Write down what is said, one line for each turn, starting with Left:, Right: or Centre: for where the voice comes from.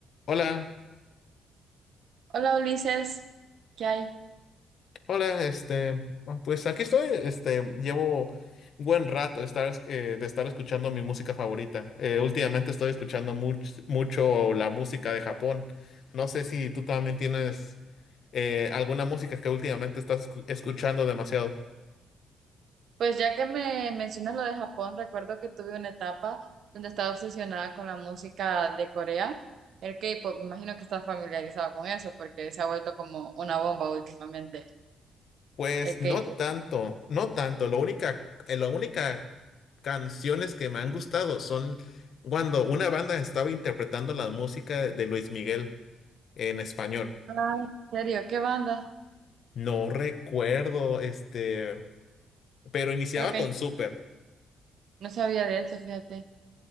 Left: Hola,
Right: Hola Ulises, ¿qué hay?
Left: hola, este, ah, pues aquí estoy, este, llevo buen rato de estar, eh, de estar escuchando mi música favorita. Eh, últimamente estoy escuchando much- mucho la música de Japón. No sé si tú también tienes eh, alguna música que últimamente estás escu- escuchando demasiado.
Right: Pues ya que me mencionas lo de Japón, recuerdo que tuve una etapa donde estaba obsesionada con la música de Corea, el K-pop. Me imagino que estás familiarizado con eso porque se ha vuelto como una bomba últimamente,
Left: Pues
Right: el
Left: no
Right: K-pop.
Left: tanto, no tanto. Lo única, eh, la única canciones que me han gustado son cuando una banda estaba interpretando la música de Luis Miguel en español.
Right: Ay, ¿en serio? ¿Qué banda?
Left: No recuerdo, este, pero iniciaba
Right: Creo que
Left: con
Right: hay-
Left: Super.
Right: no sabía de eso, fíjate.